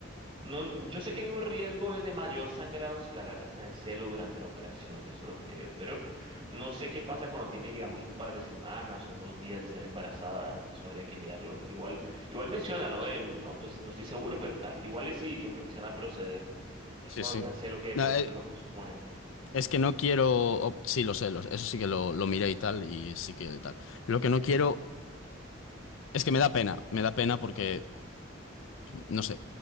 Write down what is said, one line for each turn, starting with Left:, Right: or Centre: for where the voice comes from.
Right: No, yo sé que hay un riesgo es de mayor sangrado si la gata está en celo durante la operación, eso es lo que creo, pero no sé qué pasa cuando tiene, digamos, un par de semanas o unos días de estar embarazada, eso habría que mirarlo. Igual, igual menciónalo, eh, no, pues no estoy seguro, pero tal. Igual es sí, yo creo que se van a proceder. Es
Left: Sí,
Right: cuando
Left: sí.
Right: está en celo que de
Left: No,
Right: pronto
Left: eh,
Right: te lo posponen.
Left: es que no quiero. o- Sí, lo sé, lo sé, eso sí que lo, lo miré y tal, y sí que tal. Lo que no quiero es que me da pena, me da pena porque No sé.